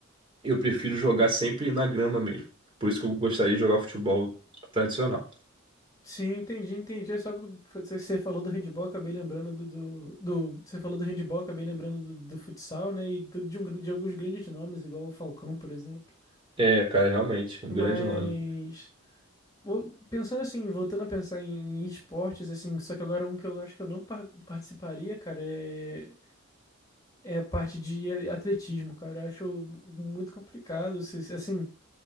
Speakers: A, on the right; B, on the left.
A: eu prefiro jogar sempre na grama mesmo. Por isso que eu gostaria de jogar futebol tradicional.
B: Sim, entendi, entendi. É Só por- você, você falou do handball, acabei lembrando do, do, do- Você falou do handball, acabei lembrando do, do futsal, né? E do- de, um, gran- de alguns grandes nomes, igual o Falcão, por exemplo.
A: É, cara, realmente,
B: Mas.
A: um grande nome.
B: Bom, Pensando assim, voltando a pensar em, em esportes, assim, só que agora um que eu acho que eu não par- participaria, cara, é, é a parte de a- atletismo, cara. Eu acho muito complicado. se- se- Assim,